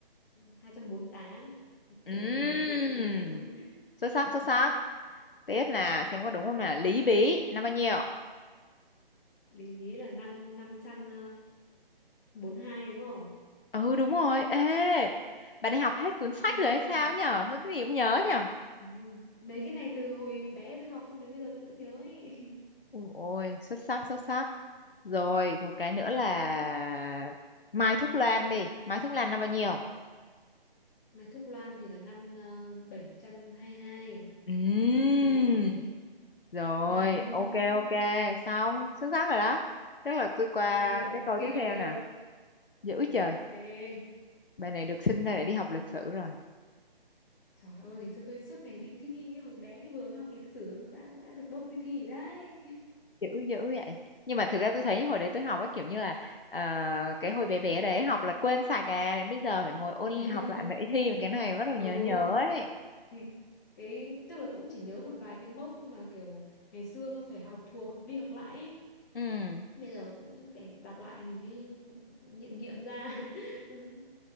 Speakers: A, on the left (about 20°); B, on the left (about 65°).
A: 200 tám
B: Ừm,
A: đến người này tôi vẫn nhớ <laughs>
B: xuất sắc xuất sắc tiếp là xem có đúng không nào Lý Bí năm bao nhiêu
A: lý bí là năm ờ, 500 ờ, hai đúng không
B: ừ đúng rồi ê bà đi học hết cuốn sách
A: ê
B: rồi hay sao nhở sao cái gì cũng nhớ nhở
A: ừ. mấy cái này từ hồi bé tôi học xong đến bây giờ tôi vẫn nhớ ấy. <laughs>
B: Ôi, xuất sắc, xuất sắc. Rồi, một cái nữa là Mai Thúc Loan đi. Mai Thúc Loan là bao nhiêu?
A: Mai Thúc Loan thì là năm uh, bảy trăm hai mươi hai
B: Ừm.
A: Mai Hắc Đế nè
B: Rồi,
A: <laughs>
B: ok, ok. Xong, xuất sắc rồi đó. Chắc là tôi qua
A: kia
B: cái câu
A: kia
B: tiếp theo
A: kia
B: nè. Dữ
A: <laughs>
B: trời,
A: ok
B: bài này được sinh ra để đi học lịch sử rồi.
A: trời ơi ngày xưa tôi suốt ngày đi thi ấy, hồi bé vừa mới học lịch sử đã đã được bốc đi thi rồi đấy
B: Dữ, dữ vậy. Nhưng mà thực ra tôi thấy hồi đấy tôi học á kiểu như là ờ, cái hồi bé bé đấy học là quên sạch à. Đến bây giờ phải ngồi ôn
A: <laughs>
B: học lại mấy thi mà cái này bắt đầu nhớ
A: ừ
B: nhớ ấy.
A: thì cái tức là cũng chỉ nhớ một vài cái mốc mà kiểu ngày xưa phải học thuộc học đi học lại ấy.
B: Ừ,
A: Bây giờ cũng phải đọc lại thì mới nghiệm nghiệm ra <laughs> Ừ.